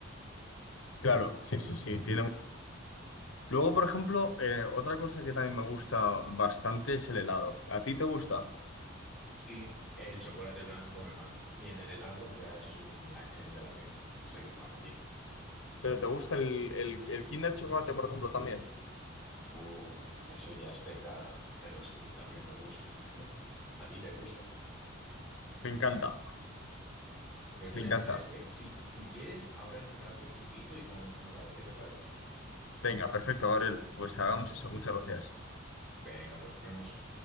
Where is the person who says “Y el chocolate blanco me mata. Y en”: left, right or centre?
Centre